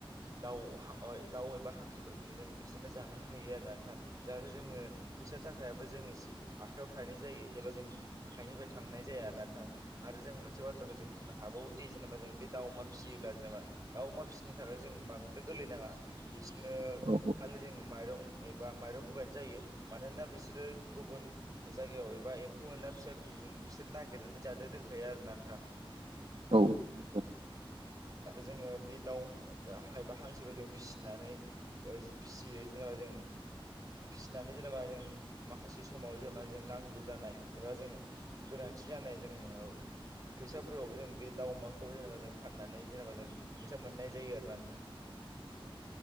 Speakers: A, on the right; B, on the right.
A: दाउ हा अ दाउ एबा हांखोफोरखौनो जों बिसोरनो जाहोनो हायो आरो नोंथां। जाहाथे जोङो फैसा थाखायाबो जोंनि एसे आखाइयाव थाहैनाय जायो एबा जोंनि आखाइनिफ्राय थांनाय जाया आरो नोंथां। आरो जों मोनसे बाथ्राखौ जों बुंनो हाबावोदि जेनेबा जों बे दाव अमा फिसियोब्ला जेनेबा दाउ अमा फिसिनो थाखाय जों बांद्राय गोरलैनाङा बिसोरनो
B: दा औ औ
A: खालि जोङो माइरं एबा माइरं होबानो जायो मानोना बिसोरो गुबुन जायगायाव एबा एम्फौ एनला फिसा फिसौ जों बिसोर नागिरनानै जानो रोंखायो आरो ना नोंथां।
B: औ। औ
A: जोङो बे दाउ हाय बा हांसोखौ जों फिसिनानै ओ जि फिसियो जेनेबा जों फिसिनानै जेनेबा जों माखासे समाव जेनेबा जों नांगौ जानाय एबा जोङो गोनांथि जानाय जोङो फैसाफोरावबो जों बे दाउमाखौ जेनेबा जों फाननानै जेनेबा जों फै मोननाय जायो आरोोना नोंथां